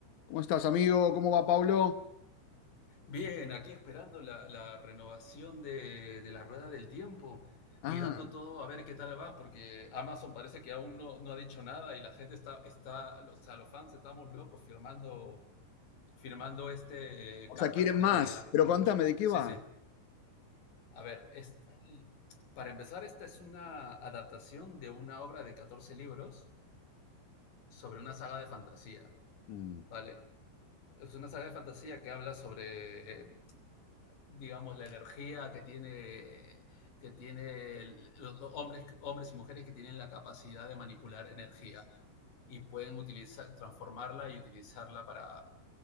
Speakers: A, on the left; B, on the left.
A: ¿Cómo estás, amigo? ¿Cómo va, Pablo?
B: Bien, aquí esperando la, la renovación de, de la rueda del tiempo,
A: Ah,
B: mirando todo a ver qué tal va, porque Amazon parece que aún no, no ha dicho nada y la gente está, está, los, o sea, los fans estamos locos firmando, firmando este, eh,
A: o
B: cartas
A: sea, quieren
B: para
A: más,
B: que la...
A: pero contame, ¿de qué
B: Sí,
A: va?
B: sí. A ver, es- para empezar, esta es una adaptación de una obra de 14 libros sobre una saga de fantasía,
A: Mm.
B: ¿vale? Es una saga de fantasía que habla sobre eh, digamos, la energía que tiene, que tiene los hombres, hombres y mujeres que tienen la capacidad de manipular energía y pueden utilizar, transformarla y utilizarla para,